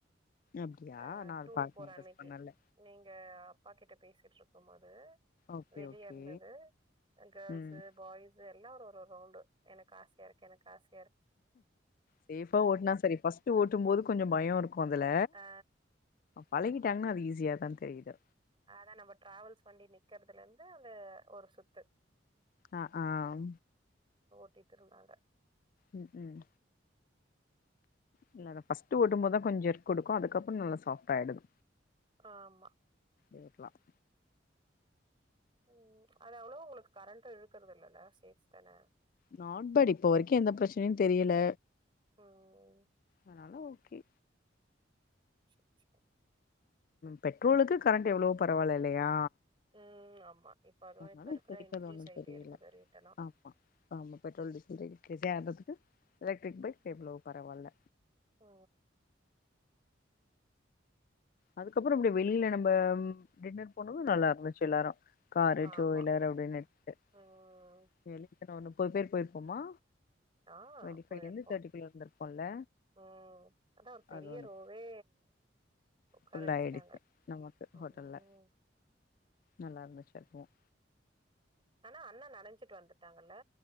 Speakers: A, on the left; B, on the right.
A: அப்டியா
B: அஹ்
A: நா அது
B: டூர்
A: பாத்து
B: போற
A: நோட்டீஸ்
B: அன்னைக்கு
A: பண்ணல
B: நீங்க பாக்கிட்ட பேசிட்டு இருக்கும் போது
A: ஓகே
B: வெளியா
A: ஓகே
B: இருந்தது கேர்ள்ஸ்ு
A: ம்
B: பாய்ஸ் எல்லா ஒரு ரவுண்டு எனக்கு ஆச சரிக்கு எனக்கு காசு
A: சேஃபா ஓட்டுனா சரி பஸ்ட்ட் ஓட்டும் போது கொஞ்சம் பயம் இருக்கும் அதுல
B: அ
A: பழகிட்டு ட்டாங்கன்னா அது ஈஸியா தான் தெரியுது
B: அதான் நம்ம டிராவல்ஸ் வண்டி நிக்கறதுல இருந்து அந்த ஒரு சுத்து
A: அஹ் ஆஹ்
B: கட்டிட்டு இருந்தாங்க
A: உம் உம் இல்ல அத ஃபர்ஸ்ட் ஓட்டும் போதான் கொஞ்சம் எருு கொடுக்கும் அதுக்கப்புறம் நல்லா சாஃப்ட் ஆயிடுது
B: ஆமா
A: இருக்கலாம்
B: உஹம் அது எ்வளோ உங்களுக்கு கரண்ட்ட இழுக்கறது இல்லல்ல சேஃப தானே
A: நாட்பரி இப்ப வரைக்கும் எந்த பிரச்சனையும் தெரியல
B: ம்.
A: ஆனால கே
B: சோ சோ
A: பெட்ரோலுக்கு கரண்ட் எவ்வளோ பரவாயில்ல இல்லையா
B: ம். ஆமா. இப்ப அதுவும்
A: ஆனால
B: இப்ப இருக்கிற
A: போத்திக்கு
B: இன்க்ரீஸ்
A: ஒண்ணும்
B: ஆயிட்டே
A: தெரியல
B: இருக்குது ரேட் எல்லாம்.
A: ஆமா ஆமா பெட்ரோல் டீசல் இருக்கு அததுக்கு எலக்ட்ரிக் பைக் எவ்வளவு பரவாயில்ல
B: ஹ
A: அதுக்கப்புறம் இப்படியே வெளில நம்ம டின்னர் போனதும் நல்லா இருந்துச்சு எல்லாரும் காரு
B: ஆமா.
A: டூ வீலர் அப்படின்னு இட்டு
B: ம்.
A: முப்பது பேர் போயிருப்போமா
B: ஆஹ்
A: டுவெண்ட்டி ஃபைவ்ல
B: போயிருப்போம்
A: இருந்து தேர்ட்டிக்குள்ள இருந்திருப்போம்ல
B: உஹம் அதான் ஒரு பெரிய
A: அது ஒன்னு
B: ரோவே உட்கார
A: ஃபுல்
B: வச்சுட்டாங்க
A: ஆயிடுச்சு நமக்கு
B: ஓம்
A: ஹோட்டல்ல நல்லா இருந்துச்சு அதுவும்
B: ஆனா அண்ண நனைஞ்சிட்டு வந்துட்டாங்கல்ல